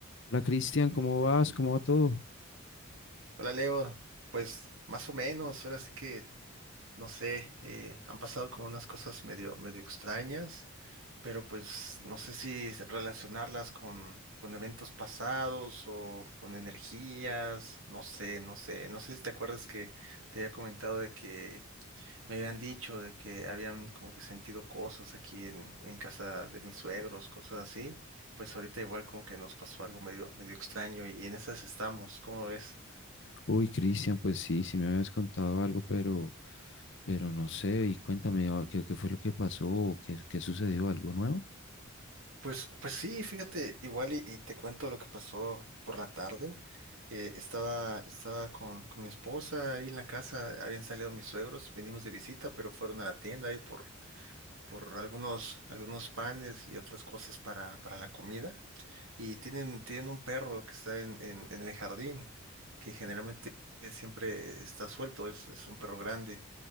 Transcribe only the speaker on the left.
Hola Cristian, ¿cómo vas? ¿Cómo va todo?
Uy, Cristian, pues sí, sí me habías contado algo, pero, pero no sé, y cuéntame, ah, ¿qué, qué fue lo que pasó? ¿Qué, qué sucedió? ¿Algo nuevo?